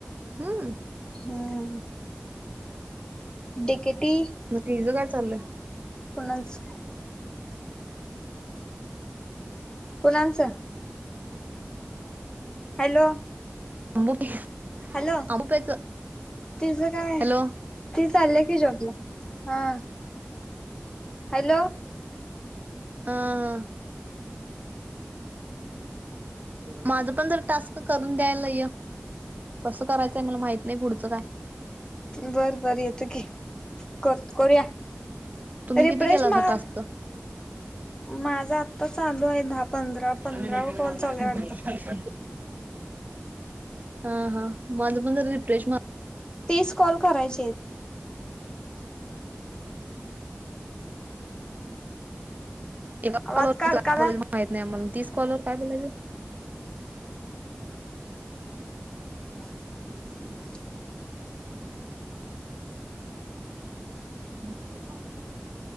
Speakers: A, on the right; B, on the left.
A: हम्.
B: ह ह, डी के टी.
A: मग तिझं काय चाललंय.
B: कोणाच. कुनालांचं. हॅलो
A: आंबो पे
B: हॅलो
A: आंबो प्यायचं
B: तुझं काय.
A: हॅलो
B: ती चालली की जोबला हा. हॅलो,
A: हा हा, माझ पण जरा टास्क. क करून द्यायलाय कसं करायचंय मला माहित नाही पुढचं काय.
B: बर बर येतं की कर करूया.
A: तुम्ही
B: रिफ्रेश
A: किती केलासा
B: मार
A: टास्क?
B: माझा आता चालू आहे दहा पंधरा.
A: मी
B: पंधरावा कॉल चालू आहे वाटतं.
A: <unintelligible> हा हा माझ पण जरा रिफ्रेश मार
B: तीस कॉल करायचे आहेत.
A: एका
B: आवाज
A: कॉल वर
B: काडकालाय.
A: काय माहित नाही आम्हाला. तीस कॉल वर काय बोलायच.
B: <inaudible>
A: ह <inaudible>